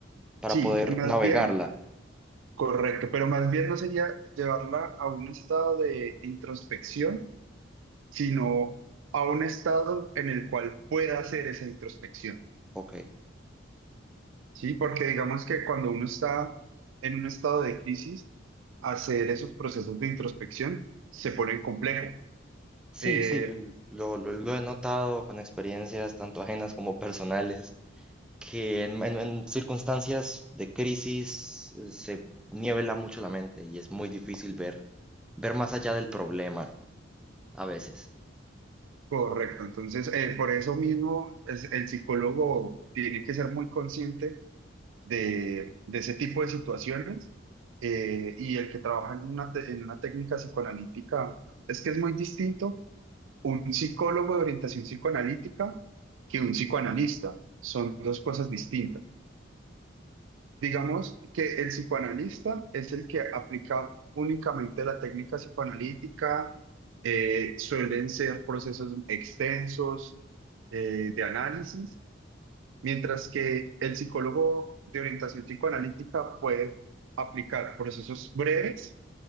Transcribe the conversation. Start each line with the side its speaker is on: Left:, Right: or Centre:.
Centre: para
Right: Sí,
Centre: poder
Right: más
Centre: navegarla.
Right: bien, correcto, pero más bien no sería llevarla a un estado de introspección, sino a un estado en el cual pueda hacer esa introspección.
Centre: Ok.
Right: Sí, porque digamos que cuando uno está en un estado de crisis, hacer esos procesos de introspección se pone complejo.
Centre: Sí,
Right: Eh,
Centre: sí, lo, lo- lo- lo he notado con experiencias tanto ajenas como personales, que en, en- en circunstancias de crisis eh, se niebla mucho la mente y es muy difícil ver, ver más allá del problema a veces.
Right: correcto, entonces eh, por eso mismo es- el psicólogo tiene que ser muy consciente de, de ese tipo de situaciones eh, y el que trabaja en una, te- en una técnica psicoanalítica es que es muy distinto un psicólogo de orientación psicoanalítica que un psicoanalista. Son dos cosas distintas. Digamos que el psicoanalista es el que aplica únicamente la técnica psicoanalítica, eh, suelen ser procesos extensos eh, de análisis, mientras que el psicólogo de orientación psicoanalítica puede aplicar procesos breves,